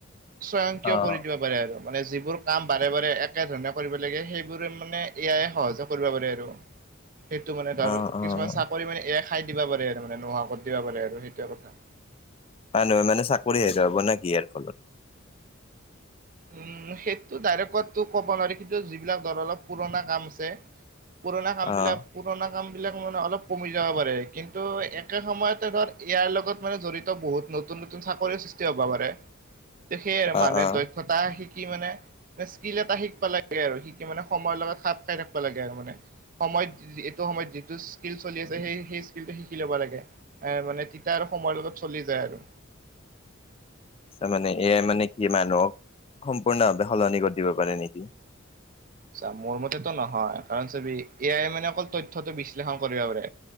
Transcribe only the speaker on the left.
অ'।
অ', অ',
মানুহে মানে চাকৰি হে যাব ন কি ইয়াৰ ফলত
অ',
অ',
অ'।
মানে, এ আই মানে কি মানুহক সম্পূৰ্ণভাৱে সলনি কৰি দিব পাৰে নিকি?